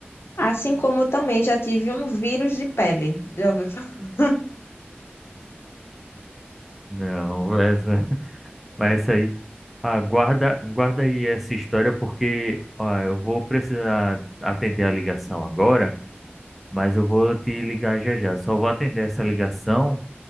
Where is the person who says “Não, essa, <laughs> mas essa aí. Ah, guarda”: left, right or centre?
Centre